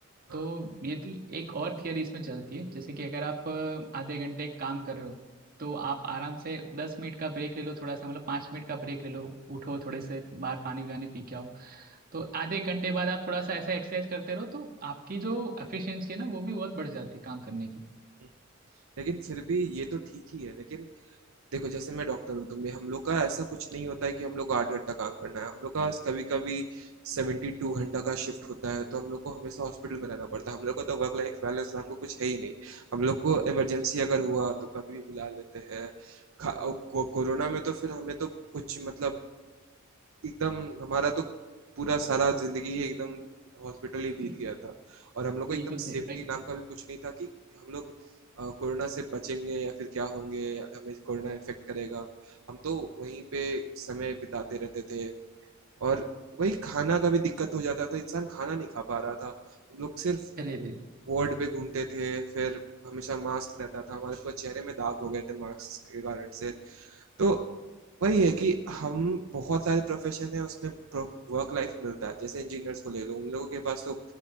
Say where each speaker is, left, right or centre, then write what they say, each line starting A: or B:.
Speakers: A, on the right; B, on the right.
A: हम्म,
B: तो ये थी एक और थियरी इसमें चलती है जैसे कि अगर आप अ, आधे घंटे काम कर रहे हो तो आप आराम से दस मिनट का ब्रेक ले लो थोड़ा सा मतलब पाँच मिनट का ब्रेक ले लो उठो थोड़े से बाहर पानी वानी पी के आओ तो
A: हम्म,
B: आधे एक घंटे बाद आप थोड़ा सा ऐसा एक्सरसाइज करते रहो तो आपकी जो एफिशिएंसी है ना वो भी बहुत बढ़ जाती है काम करने की
A: हम्म। लेकिन फिर भी ये तो ठीक ही है लेकिन देखो जैसे मैं डॉक्टर हूँ तो मैं हम लोग का ऐसा कुछ नहीं होता है कि हम लोग को आठ घंटा काम करना है हम लोग का कभी कभी सेवेंटी टू घंटा का शिफ्ट होता है तो हम लोग को हमेशा हॉस्पिटल में रहना पड़ता है हम लोग को तो वर्क लाइफ बैलेंस नाम को कुछ है ही नहीं हम लोग को इमरजेंसी अगर हुआ तो कभी भी बुला लेते हैं खा- और को, कोरोना में तो फिर हमें तो कुछ मतलब एकदम हमारा तो पूरा सारा जिंदगी ही एकदम हॉस्पिटल
B: <laughs>
A: ही बीत गया था और हम लोग
B: बिल्कुल
A: को एकदम
B: सही
A: सेफ्टी
B: राइट
A: नाम का भी कुछ नहीं था कि हम लोग अ, कोरोना से बचेंगे या फिर क्या होंगे या हमें कोरोना इफेक्ट करेगा हम तो वहीं पे समय बिताते रहते थे और वही खाना का भी दिक्कत हो जाता था इंसान खाना नहीं खा पा रहा था हम लोग सिर्फ
B: अरे रे
A: वार्ड पे घूमते थे फिर हमेशा मास्क रहता था हमारे पूरे चेहरे में दाग हो गए थे मास्क के कारण से तो वही है कि हम बहुत सारे प्रोफेशन है उसमें वर्क लाइफ मिलता है जैसे इंजीनियर्स को ले लो उन लोगों के पास तो